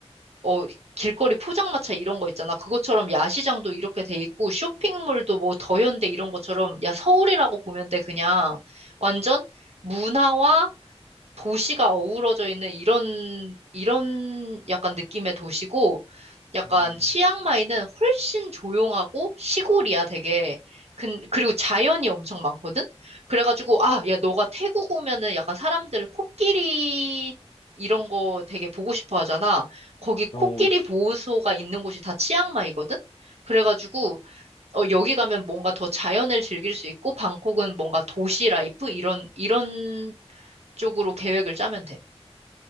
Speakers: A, on the right (about 70°); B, on the left (about 70°).
A: 어, 길거리 포장마차 이런 거 있잖아. 그것처럼 야시장도 이렇게 돼 있고 쇼핑몰도 뭐 더현대 이런 것처럼 야, 서울이라고 보면 돼. 그냥 완전 문화와 도시가 어우러져 있는 이런, 이런 약간 느낌의 도시고, 약간
B: 음.
A: 치앙마이는 훨씬 조용하고 시골이야, 되게. 근, 그리고 자연이 엄청 많거든? 그래가지고, 아, 야, 너가 태국 오면은 약간 사람들 코끼리 이런 거 되게 보고 싶어 하잖아. 거기 코끼리
B: 어, 그치.
A: 보호소가 있는 곳이 다 치앙마이거든? 그래가지고, 어, 여기 가면 뭔가 더 자연을 즐길 수 있고, 방콕은 뭔가 도시 라이프? 이런, 이런 쪽으로 계획을 짜면 돼.